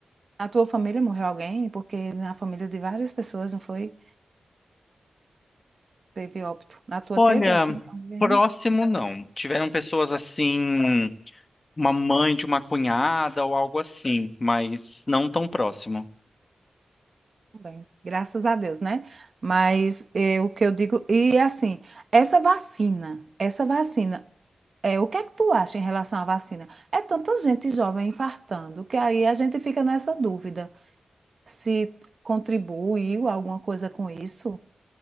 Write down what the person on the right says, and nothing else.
Na tua família morreu alguém? Porque na família de várias pessoas, não foi? Teve óbito. Na tua
teve assim alguém?
Bem, graças a Deus, né? Mas é, o que eu digo, e assim, essa vacina, essa vacina, é, o que é que tu acha em relação à vacina? É tanta gente jovem infartando, que aí a gente fica nessa dúvida se contribuiu alguma coisa com isso,